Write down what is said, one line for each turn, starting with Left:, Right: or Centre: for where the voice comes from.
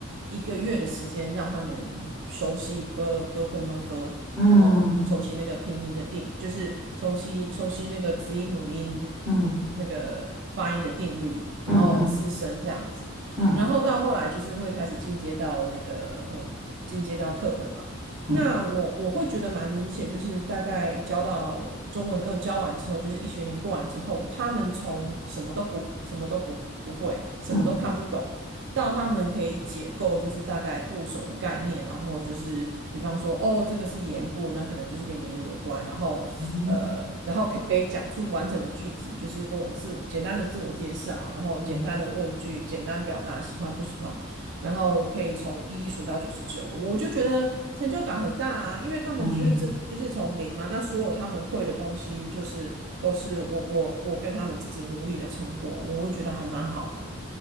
Right: 一个月的时间让他们熟悉 b b p m f，
Centre: 嗯
Right: 然后熟悉那个拼音的定，就是熟悉熟悉那个子音母音
Centre: 嗯
Right: 那个发音的定律，然后四声这样子。
Centre: 嗯嗯嗯
Right: 然后到后来就是会开始进阶到那个嗯，进阶到课本嘛。
Centre: 嗯
Right: 那我我会觉得蛮明显，就是大概教到中文二教完之后，就是一学年过完之后，他们从什么都不什么都不不会，什么都看不懂，
Centre: 嗯
Right: 到他们可以解构，就是大概部首的概念，然后就是比方说，哦，这个是言部，那可能就是跟言语有关，然后
Centre: 嗯
Right: 然后可以讲出完整的句子，就是跟我自我简单的自我介绍，然后简单的问句，
Centre: 嗯
Right: 简单表达喜欢不喜欢，然后可以从一数到九十九，我就觉得成就感很大啊，因为他们就是这就是从零嘛，
Centre: 嗯
Right: 那所有他们会的东西，就是都是我我我跟他们自己努力的成果，我会觉得还蛮好的。